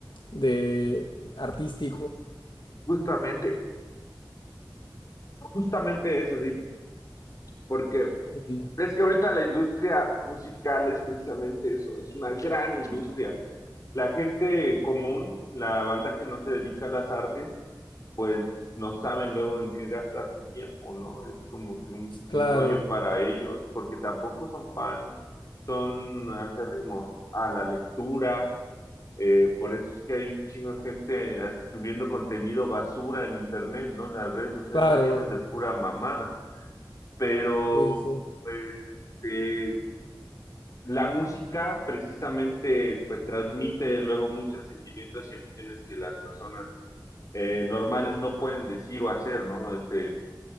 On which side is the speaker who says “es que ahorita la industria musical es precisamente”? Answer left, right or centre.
Left